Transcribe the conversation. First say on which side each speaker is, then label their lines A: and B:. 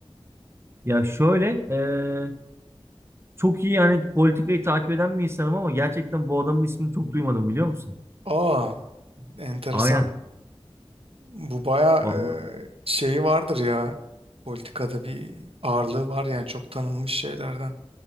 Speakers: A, on the right; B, on the right.
A: Ya şöyle eee, çok iyi yani politikayı takip eden bir insanım ama gerçekten bu adamın ismini çok duymadım biliyor musun?
B: Aa, enteresan.
A: Aynen.
B: Bu bayağı
A: Vallahi
B: e, şeyi vardır ya. Politikada bir ağırlığı var yani çok tanınmış şeylerden.